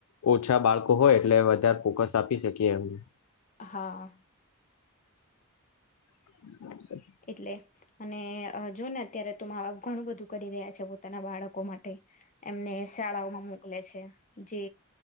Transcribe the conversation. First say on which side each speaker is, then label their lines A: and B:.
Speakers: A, on the left; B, on the left.
A: ઓછા બાળકો હોય એટલે વધારે ફોકસ આપી શકીએ એમને
B: હા
A: હ
B: એટલે અને જો ને અત્યારે તો મા બાપ ઘણું બધું કરી રહ્યા છે પોતાના બાળકો માટે એમને શાળાઓમાં મોકલે છે જે